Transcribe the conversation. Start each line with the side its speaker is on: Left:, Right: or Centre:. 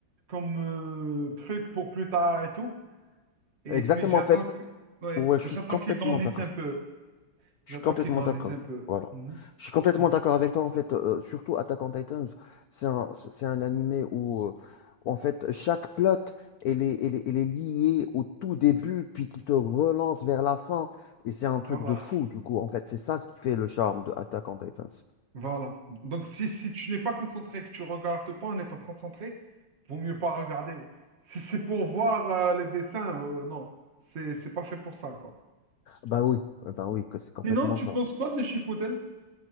Right: comme euh, truc pour plus tard et tout. Et
Left: Exactement
Right: puis, j'attends
Left: en fait,
Right: que... ouais,
Left: ouais je
Right: j'attends
Left: suis complètement
Right: qu'ils grandissent
Left: d'accord.
Right: un peu.
Left: Je
Right: J'attends
Left: suis complètement
Right: qu'ils grandissent
Left: d'accord.
Right: un peu.
Left: Voilà. Je suis complètement
Right: Mhm.
Left: d'accord avec toi. En fait, euh, surtout Attack on Titans, c'est un, c'est c'est un animé où, euh, en fait, chaque plot, elle est, elle est, elle est liée au tout début, puis qui te relance vers la fin. Et c'est un truc
Right: Voilà.
Left: de fou, du coup. En fait, c'est ça ce qui fait le charme de Attack on Titans.
Right: Voilà. Donc, si, si tu n'es pas concentré, que tu regardes pas en étant concentré, vaut mieux pas regarder. Si c'est pour voir euh, les dessins, euh, non. C'est, c'est pas fait pour ça, quoi.
Left: Bah oui, euh, bah oui, que c'est complètement
Right: Sinon, tu
Left: ça.
Right: penses quoi de Chipotle?